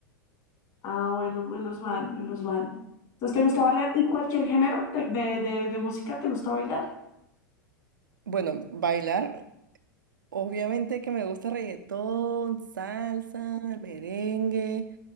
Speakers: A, on the left; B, on the right.
A: Ah, bueno, menos mal, menos mal. Entonces, ¿te gusta bailar ¿Y cualquier género de, de, de de música? ¿Te gusta bailar?
B: Bueno, bailar, obviamente que me gusta reggaetón, salsa, merengue,